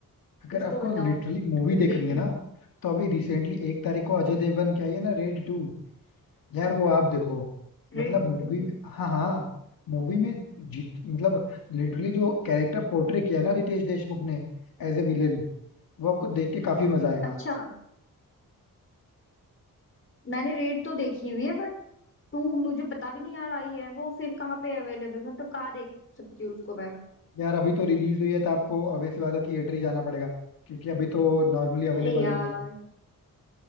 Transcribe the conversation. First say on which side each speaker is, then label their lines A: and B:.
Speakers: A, on the left (about 80°); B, on the left (about 35°).
A: अगर
B: कुछ
A: आपको
B: तो बताओ
A: लिटरली मूवी
B: कुछ
A: देखनी
B: देख
A: है
B: लूं
A: ना तो अभी रिसेंटली एक तारीख को अजय देवगन की आई है ना रेड टू यार वो आप देखो मतलब
B: Red
A: मूवी
B: to
A: हाँ हाँ मूवी में जित मतलब लिटरली जो कैरेक्टर पोर्ट्रे किया है ना रितेश देशमुख ने एज ए विलेन वो आपको देख के काफी मजा आएगा
B: अच्छा मैंने रेड तो देखी हुई है बट टू मुझे पता भी नहीं यार आई है वो फिर कहाँ पे अवेलेबल मतलब कहाँ देख सकती हूँ उसको मैं
A: यार अभी तो रिलीज हुई है तो आपको ऑब्वियसली बात है थिएटर ही जाना पड़ेगा क्योंकि अभी तो नॉर्मली
B: अरे
A: अवेलेबल
B: यार
A: नहीं है वो